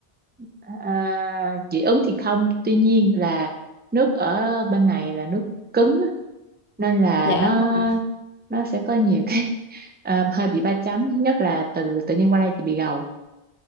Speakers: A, on the right; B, on the left.
A: à, dị ứng thì không tuy nhiên là nước ở bên này là nước cứng á, nên là
B: dạ
A: nó
B: đúng rồi
A: nó sẽ có nhiều cái <laughs> ờ, hơi bị ba chấm thứ nhất là từ tự nhiên qua đây chị bị gầu